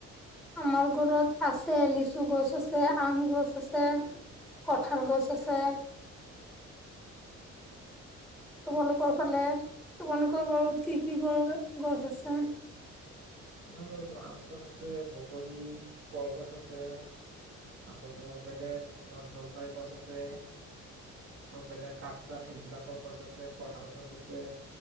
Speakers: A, in the centre; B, on the right (about 55°).
A: আমাৰ ঘৰত আছে, লিচু গছ, আছে আম গছ আছে। কঠাল গছ আছে। তোমালোকৰ ফালে, তোমালোকৰ ঘৰত কি কি গছ আছে?
B: আমাৰ ঘৰতো আম গছ আছে, বগৰী, কলগছ আছে। আকৌ তোমাৰ বেলেগ, তোমাৰ জলপাই গছ আছে। আৰু বেলেগ কাঠ- চাঠ সেইবিলাকৰ গছ আছে, কটাল গছ আছে।